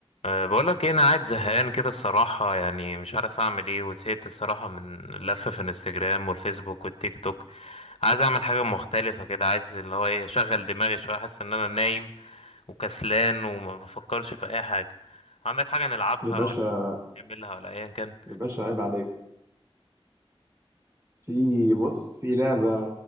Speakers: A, on the left; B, on the right.
A: أه بقولك ايه انا قاعد زهقان كده الصراحة يعني مش عارف اعمل ايه وزهقت الصراحة من اللفة في الانستجرام والفيسبوك والتيك توك عايز اعمل حاجة مختلفة كده عايز اللي هو ايه اشغل دماغي شوية احس ان انا نايم وكسلان وما بفكرش في اي حاجة عندك حاجة نلعبها
B: يا
A: ولا
B: باشا
A: نعملها ولا ايا كان
B: يا باشا عيب عليك في بص في لعبة